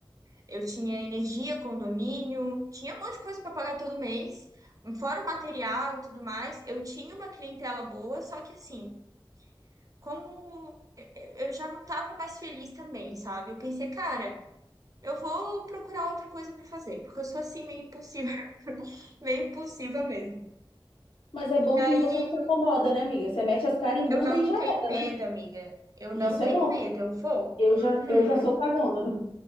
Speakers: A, on the right; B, on the left.
A: eu tinha energia, condomínio, tinha um monte de coisa para pagar todo mês, fora o material e tudo mais. Eu tinha uma clientela boa, só que assim, como eu eu- eu já não estava mais feliz também, sabe? Eu pensei, cara, eu vou procurar outra coisa para fazer, porque eu sou assim meio impulsiva, <laughs> meio impulsiva mesmo.
B: Mas é bom
A: e aí
B: que você não se acomoda, né, amiga? Você mete as caras e muda
A: Eu não
B: e já
A: tenho
B: era,
A: medo,
B: né?
A: amiga. Eu
B: Isso
A: não tenho
B: é bom.
A: medo, eu vou.
B: Eu
A: Uhum.
B: já, eu já sou cagona.